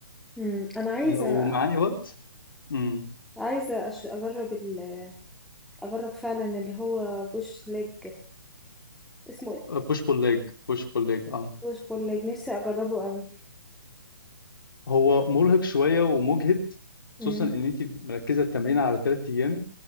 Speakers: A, in the centre; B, on the left (about 70°).
A: مم. انا عايزه
B: لو معايا وقت امم
A: عايزه أش... اجرب ال... اجرب فعلا اللي هو بوش ليج اسمه ايه
B: بوش بول ليج بوش بول ليج اه
A: بوش بول ليج نفسي اجربه قوي
B: هو مرهق شويه ومجهد
A: مم.
B: خصوصا ان انت مركزه التمرين على ثلاث ايام